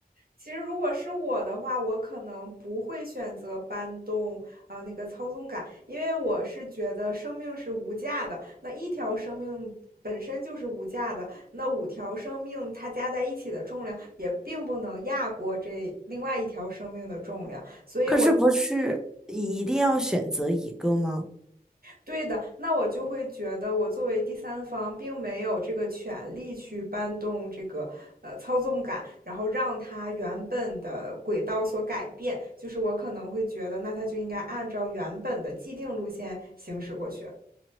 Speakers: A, on the right; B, in the centre.
A: 其实如果是我的话，我可能不会选择搬动啊、呃那个操纵杆，因为我是觉得生命是无价的，那一条生命本身就是无价的，那五条生命它加在一起的重量也并不能压过这另外一条生命的重量，所以我觉
B: 可是不是一定要选择一个吗？
A: 对的，那我就会觉得我作为第三方，并没有这个权利去搬动这个呃操纵杆，然后让它原本的轨道所改变。就是我可能会觉得，那它就应该按照原本的既定路线行驶过去。